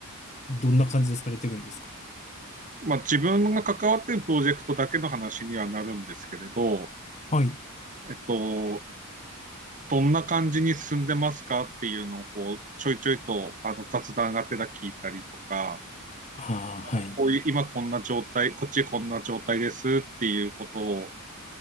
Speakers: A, on the left; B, on the right.
A: どんな感じでされてるんですか
B: まあ、自分が関わっているプロジェクトだけの話にはなるんですけれど、
A: はい。
B: えっと、どんな感じに進んでますかっていうのをこうちょいちょいとあの雑談がてら聞いたりとか、
A: ああ、
B: あのこういう今こんな状態、
A: はい。
B: こっちこんな状態ですっていうことを